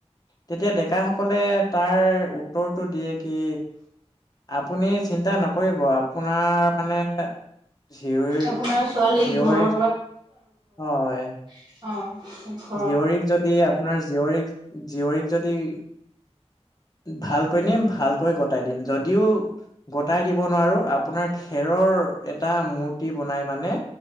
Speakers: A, on the left; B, on the right.
A: তেতিয়া ডেকাসকলে তাৰ উত্তৰটো দিয়ে কি আপুনি চিন্তা নকৰিব আ পোনাৰ মানে জীয়ৰীৰ
B: আপোনাৰ ছোৱালী
A: জীয়ৰী
B: ঘৰৰ
A: হয়
B: অঁ
A: জীয়ৰীক যদি আপোনাৰ জীয়ৰীক জীয়ৰীক যদি ভালকৈ নিম ভালকৈ গটাই দিম যদিও গটাই দিব নোৱাৰো আপোনাৰ খেৰৰ এ টা মূৰ্তি বনাই মানে